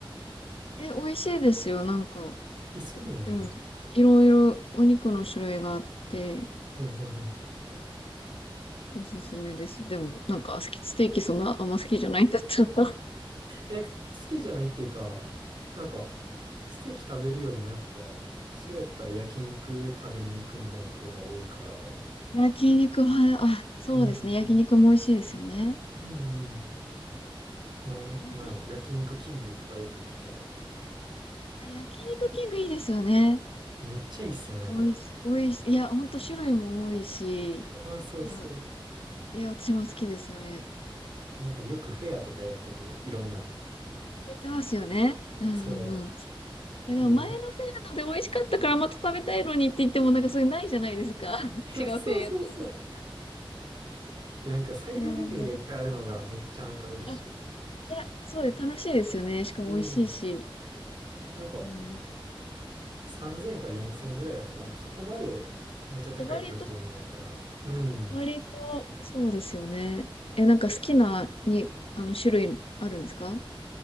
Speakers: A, on the left; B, on the right.
A: え、美味しいですよ、なんか。
B: え、そうなの
A: うん。いろいろお肉の種類があって、
B: はいはいはい。
A: おすすめです。でも、なんか、好き、ステーキそんなあんま好きじゃないんだったら。<laughs>
B: え、なんか好きじゃないっていうか、そうなんか、ステーキ食べるよりもやっぱ、それやったら焼肉食べに行くみたいな方が多いから、う
A: 焼肉は、あ、そうですね。
B: ん
A: 焼肉も美味しいですよね。
B: うんうん。なん、
A: 焼肉、
B: なんやろ、焼肉キングとかよく行くかな。
A: あ、焼肉キングいいですよね。
B: めっちゃいいっすよね、あれ。
A: 美味しい、美味しい。いや、ほんと種類も多いし、
B: ああ、そうそう。
A: いや、いや、私も好きです、あれ。
B: なんかよくフェアとかやってて、いろんな。
A: やってますよね。うんうんうん。
B: そ
A: いや、でも前のフェアので美味しかったからまた食べたいのにって言ってもなんかそれないじゃないですか。
B: う。もう。
A: <laughs>
B: いや、
A: 違うフェアやってると。
B: そうそうそう。え、なんかサイドメニューがいっぱいあるのがめっちゃなんか嬉しい。
A: いやー、あ、いや、そうで楽しいですよね。しかも美味しいし。
B: うん。なんか
A: うん。
B: 3000から4000円ぐらいだから、なんかそこまでめっちゃ高いってわけでもないから。
A: 割と、
B: うん。
A: 割と、そうですよね。え、なんか好きな、に、あの、種類あるんですか